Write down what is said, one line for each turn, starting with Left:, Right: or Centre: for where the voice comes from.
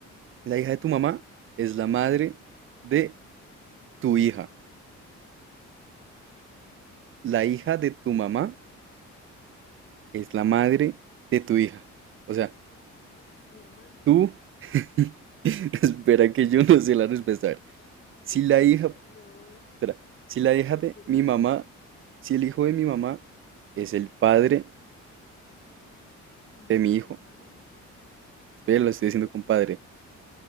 Right: la hija de tu
Left: ujú,
Right: mamá es la madre de tu hija.
Left: ok,
Right: La hija de tu mamá es la madre de tu hija. O sea,
Left: eh, mi hermana.
Right: Tú, <laughs> espera que yo no sé la respuesta. A ver, si la
Left: <laughs>
Right: hija,
Left: Ay, no,
Right: espera,
Left: ¿cómo
Right: si la
Left: se
Right: hija
Left: te
Right: de
Left: ocurre
Right: mi
Left: ni?
Right: mamá, si el hijo de mi mamá es el padre
Left: No,
Right: de mi
Left: ¿cuál
Right: hijo,
Left: padre?
Right: espera, lo estoy diciendo
Left: Si la
Right: con
Left: hija,
Right: padre.